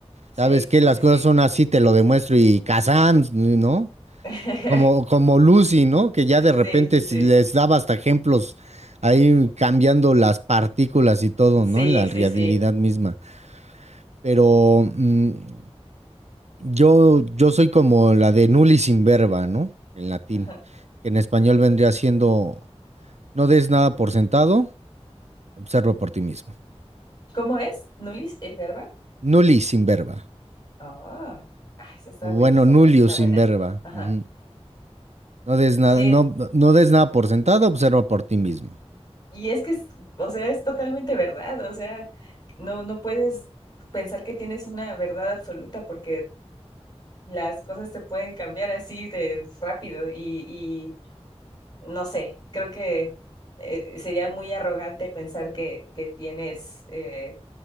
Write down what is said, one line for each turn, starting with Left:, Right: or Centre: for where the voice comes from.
Left: Sí,
Right: ¿Sabes qué?
Left: sí,
Right: Las
Left: sí,
Right: cosas
Left: sí.
Right: son así, te lo demuestro y Kazam, ¿no?
Left: <laughs>
Right: Como, como Lucy, ¿no? Que ya de repente
Left: Sí, sí,
Right: s-
Left: sí.
Right: les daba hasta ejemplos ahí cambiando las partículas y todo,
Left: Sí,
Right: ¿no? En la
Left: sí,
Right: realidad
Left: sí.
Right: misma. Pero mm, yo, yo soy como la de nullis sin verba, ¿no? En latín,
Left: <laughs> Ajá.
Right: que en español vendría siendo no des nada por sentado, observa por ti mismo.
Left: ¿Cómo es, Nulis, el verbo?
Right: Nullis sin verba.
Left: oh ah, esa está
Right: O
Left: buena,
Right: bueno,
Left: esa
Right: nullius
Left: frase está
Right: sin
Left: buena.
Right: verba.
Left: Ajá.
Right: ujú. No des nada,
Left: Sí,
Right: no, no des nada por sentado, observa por ti mismo.
Left: y es que es, o sea, es totalmente verdad, o sea, no, no puedes pensar que tienes una verdad absoluta porque las cosas te pueden cambiar así de rápido y, y no sé, creo que eh, sería muy arrogante pensar que, que tienes, eh,